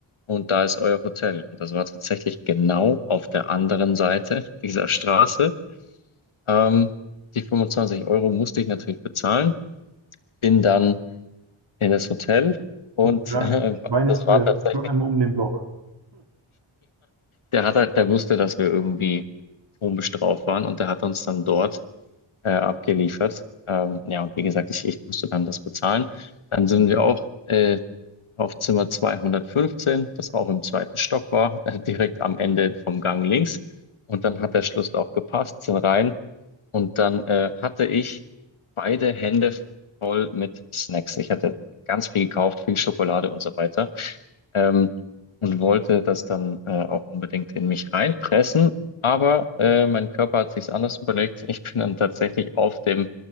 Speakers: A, on the left; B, on the right.
A: und da ist euer Hotel. Und das war tatsächlich genau auf der anderen Seite dieser Straße. Ähm, die 25 Euro musste ich natürlich bezahlen, bin dann in das Hotel und
B: Das wäre
A: <laughs> äh,
B: schweineteuer,
A: das war tatsächlich.
B: nur einmal um den Block. <laughs>
A: der hat halt, der wusste, dass wir irgendwie komisch drauf waren und der hat uns dann dort äh, abgeliefert. Ähm, ja, und wie gesagt, ich, ich musste dann das bezahlen. Dann sind wir auch äh, auf Zimmer 215, das auch im zweiten Stock war, <laughs> äh, direkt am Ende vom Gang links. Und dann hat der Schlüssel auch gepasst, sind rein. Und dann äh, hatte ich beide Hände voll mit Snacks. Ich hatte ganz viel gekauft, viel Schokolade und so weiter. Ähm, und wollte das dann äh, auch unbedingt in mich reinpressen. Aber äh, mein Körper hat sich's anders überlegt. Ich bin dann tatsächlich auf dem